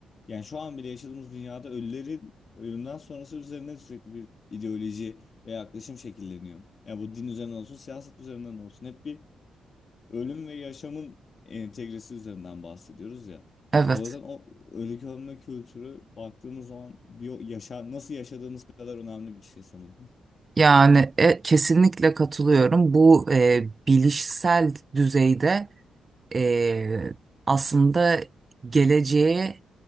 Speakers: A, on the left; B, on the right.
A: yani şu an bile yaşadığımız dünyada ölülerin ölümden sonrası üzerine sürekli bir ideoloji ve yaklaşım şekilleniyor. Yani bu din üzerinden olsun, siyaset üzerinden olsun. Hep bir ölüm ve yaşamın entegresi üzerinden bahsediyoruz ya.
B: Evet.
A: O yüzden o ölü gömme kültürü baktığımız zaman bir yaşa nasıl yaşadığımız kadar önemli bir şey sanırım. <laughs>
B: Yani e, kesinlikle katılıyorum. Bu e, bilişsel düzeyde e, aslında geleceğe